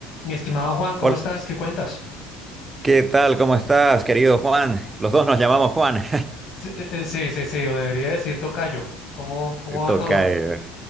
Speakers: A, on the left; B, on the right.
A: Mi estimado Juan, ¿cómo
B: Hola,
A: estás? ¿Qué cuentas?
B: ¿qué tal? ¿Cómo estás, querido Juan? Los dos nos llamamos Juan.
A: Sí, eh, eh, sí, sí, sí, o debería decir tocayo. ¿Cómo, cómo
B: <laughs>
A: va
B: Tocayo.
A: todo?